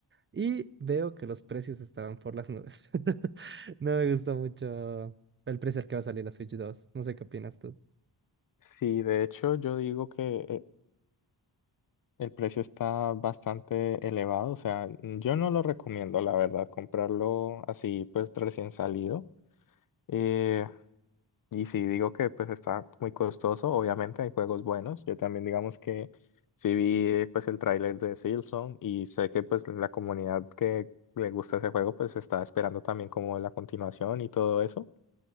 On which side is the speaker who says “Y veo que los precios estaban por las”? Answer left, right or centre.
Right